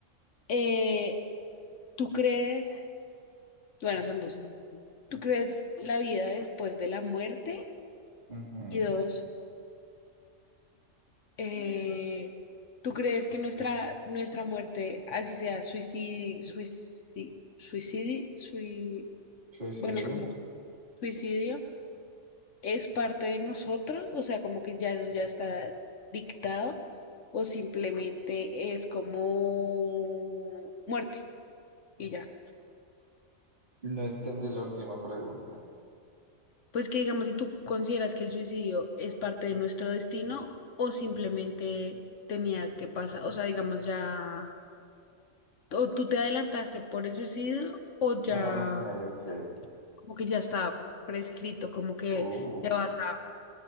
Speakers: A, on the left; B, on the right.
A: eh, ¿tú crees, bueno, son dos, ¿tú crees la vida después de la muerte?
B: Ujú.
A: Y dos, Eh, ¿tú crees que nuestra, nuestra muerte, así sea, suicidio, suicidio, suicidio,
B: Suicidio.
A: bueno, como suicidio, es parte de nosotros? O sea, como que ya, ya está dictado o simplemente es como muerte y ya.
B: No entendí la última pregunta.
A: Pues que digamos, si tú consideras que el suicidio es parte de nuestro destino o simplemente tenía que pasar, o sea, digamos, ya o tú te adelantaste por el suicidio o ya
B: Ah, ok, ok.
A: pues, como que ya está prescrito, como que
B: Uh,
A: te vas a